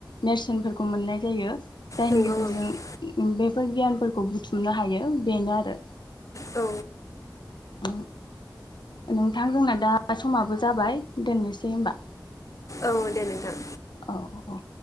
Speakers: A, on the left (about 80°); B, on the left (about 45°).
A: नेरसोनफोरखौ मोननाय जायो। जायनि
B: नंगौ
A: गेजेरजों
B: औ
A: बेफोर गियानफोरखौ बुथुमनो हायो बेनो आरो।
B: औ
A: अ नोंथां जोंना दा समाबो जाबाय दोननोसै होमबा
B: औ दे नोंथां।
A: औ औ